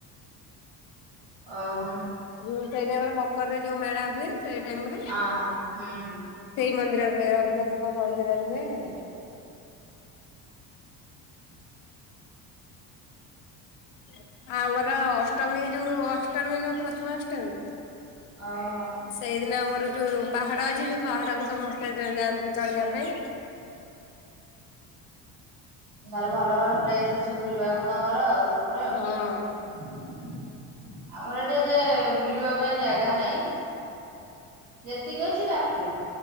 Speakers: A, on the right; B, on the left.
A: ଓହୋ।
B: ହୁଁ ସେଇ ଟାଇମର ମକରରେ ଯୋଉ ମେଳା ହୁଏ, ସେଇ ଟାଇମରେ,
A: ହଁ ହୁଁ ହୁଁ
B: ସେଇ ମନ୍ଦିର ସେ ରଘୁନାଥଙ୍କ ମନ୍ଦିରରେ ହୁଁ। <inaudible> <inaudible> ଆମର ଅଷ୍ଟମୀ ଯୋଉ ଅଷ୍ଟମୀ ନୁଅ ପ୍ରଥମା ଅଷ୍ଟମୀ।
A: ଓହୋ।
B: ସେଇଦିନ ଆମର ଯୋଉ ପାହାଡ ଅଛି ସେଇ ପାହାଡକୁୁ ସମସ୍ତେ ଯାଆନ୍ତି ଚଢିବା ପାଇଁ।
A: ତାହେଲେ ଭଲ ଭଲ ପ୍ଲେସ ଅଛି ବୁଲିବାକୁ ତମର ଆଉ ସେପଟେ ଆଉ
B: ହଁ
A: । ଆମର ଏଠି ଏତେ ବୁଲିବା ପାଇଁ ଜାଗା ନାହିଁ, ଯେତିକି ଅଛି କାଫି।